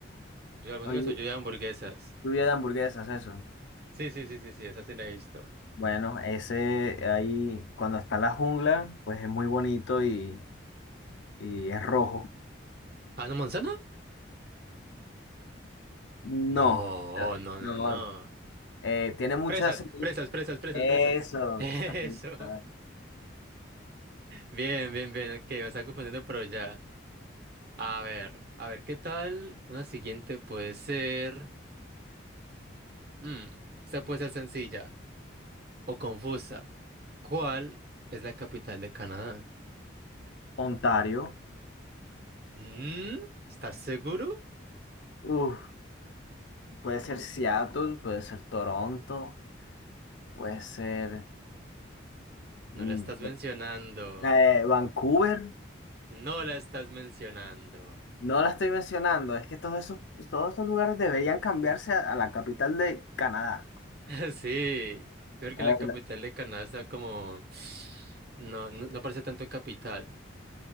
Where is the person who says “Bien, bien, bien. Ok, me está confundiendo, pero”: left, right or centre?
Right